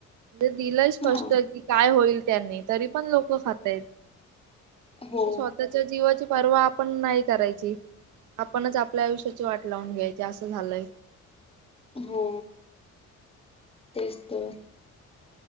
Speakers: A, on the right (about 75°); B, on the left (about 20°).
A: म्हणजे दिलंय स्पष्ट
B: हा
A: की काय होईल त्याने तरी पण लोक खातयत म्हणजे
B: हो
A: स्वतःच्या जीवाची पर्वा आपण नाही करायची आपणच आपल्या आयुष्याची वाट लावून घ्यायची असं झालंय
B: हो तेच तर